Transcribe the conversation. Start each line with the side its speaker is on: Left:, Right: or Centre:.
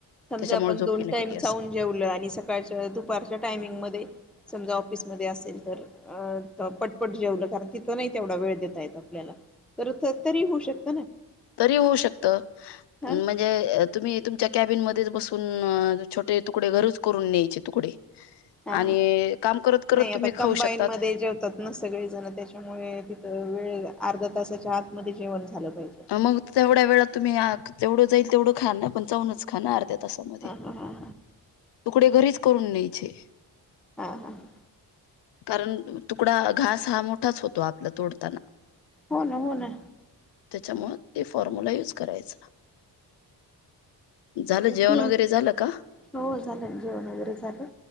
Centre: समजा,
Left: त्याच्यामुळे
Centre: आपण
Left: झोप
Centre: दोन
Left: येन
Centre: टाइम
Left: गेली
Centre: चाऊून
Left: असेल
Centre: जेवलं आणि सकाळच्या, दुपारच्या टायमिंग मध्ये समजा ऑफिसमध्ये असेल तर पटपट जेवलं कारण तिथं नाही तेवढा वेळ देता येत आपल्याला तर, तरी होऊ शकत-
Left: तरी होऊ शकत.
Centre: हा
Left: म्हणजे तुम्ही तुमच्या कॅबिनमध्ये बसून छोटे तुकडे घरीच करून न्यायचे तुकडे.
Centre: हा.
Left: आणि काम करत करत
Centre: नाही आता,
Left: तुम्ही खाऊ
Centre: कंबाईन
Left: शकतात
Centre: मध्ये जेवतात ना सगळे जण त्याच्यामुळे तिथं वेळ अर्ध्या तासाच्या आतमध्ये जेवण झालं पाहिजे
Left: मग तेवढ्या वेळ तुम्ही आह जेवढं जाईल तेवढ खा ना पण चाऊनच खाणार ना अर्ध तासामध्ये.
Centre: हा हा हा
Left: तुकडे घरीच करून न्यायचे.
Centre: हा. हा. ह.
Left: कारण तुकडा घास हा मोठाच होतो आपला तोडताना.
Centre: हो ना. हो ना.
Left: त्याच्यामुळ ते फॉर्म्यला युज करायचा. झालं जेवण
Centre: क
Left: वगैरे झालं का
Centre: हो झालं जेवण वगैरे झालं.